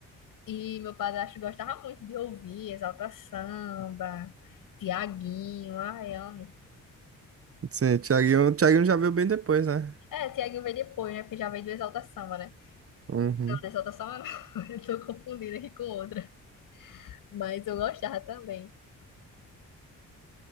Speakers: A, on the left; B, on the right.
A: E meu padrasto gostava muito de ouvir Exalta Samba, Tiaguinho, ai, amo.
B: Sim, o Thiaguinho, o Thiaguinho já veio bem depois, né?
A: É, Tiaguinho veio depois, né? Porque já veio do Exalta Samba, né?
B: Uhum.
A: Não, do Exalta Samba não. <laughs> Eu tô confundida aqui com outra. Mas eu gostava também.